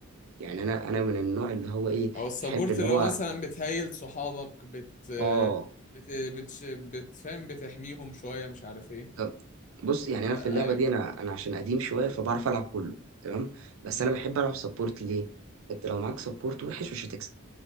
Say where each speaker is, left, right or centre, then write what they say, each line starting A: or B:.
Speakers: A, on the right; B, on the left.
A: يعني انا انا من النوع اللي هو ايه
B: او السبورت
A: بحب اللي
B: اللي
A: هو
B: هو مثلا بتهيل صحابك بت
A: اه
B: بت بت بتفهم بتحميهم شوية مش عارف ايه
A: ب- بص يعني
B: آه
A: انا في اللعبه
B: ايوه
A: دي انا انا عشان قديم شويه فبعرف العب كله تمام بس
B: امم
A: انا بحب العب سبورت ليه انت لو معاك سبورت وحش مش هتكسب